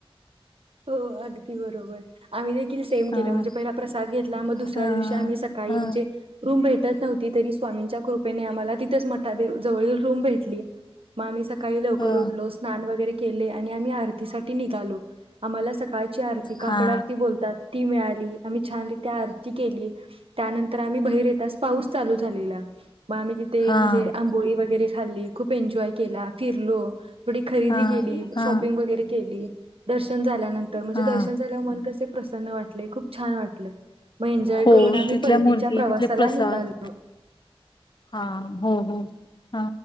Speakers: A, on the right; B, on the left.
A: हो अगदी बरोबर आम्ही देखील सेम
B: हा
A: केलं, म्हणजे पहिला प्रसाद घेतला, मग दुसऱ्या
B: हा
A: दिवशी आम्ही सकाळी
B: हा
A: म्हणजे रूम भेटत नव्हती तरी स्वामींच्या कृपेने आम्हाला तिथंच मठादेव जवळील रूम भेटली. मग आम्ही सकाळी
B: हो
A: लवकर उठलो, स्नान वैगरे केले आणि आम्ही आरती साठी निघालो. आम्हाला सकाळची आरती काकड
B: हा
A: आरती बोलतात ती मिळाली. आम्ही छान रित्या आरती केली. त्यानंतर आम्ही बाहीर येताच पाऊस चालू झालेला. म आम्ही तिथे
B: हा
A: म्हणजे आंबोळी वगैरे खाल्ली खूप खूप एन्जॉय केला. फिरलो, थोडे खरेदी
B: हा
A: केली
B: हा
A: शॉपिंग वगैरे केली. दर्शन झाल्यानंतर म्हणजे
B: हा
A: दर्शन झाल्या मन कसे प्रसन्न वाटले. खूप छान वाटलं. मग एन्जॉय
B: हो
A: करून आम्ही
B: तिथल्या
A: परतीच्या
B: मूर्ती
A: प्रवासाला
B: तिथले प्रसाद
A: निघालो.
B: हा हो हो हा